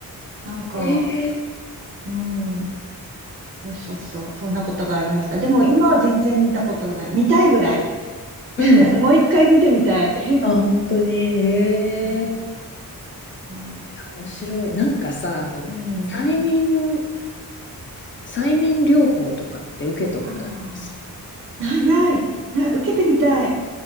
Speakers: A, on the right; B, on the left.
A: なんか、
B: ええ
A: うん。そうそうそう。そんなことがありました。でも今は全然見たことがない。見たいぐらい。<laughs>
B: うん。
A: もう一回見てみたい。<laughs>
B: あ、本当に。ええ
A: うん。そ
B: 面白い。なんかさ、あの、
A: ううん。
B: 催眠、催眠療法とかって受けたことあります
A: ああ。ないない。な、受けてみたい。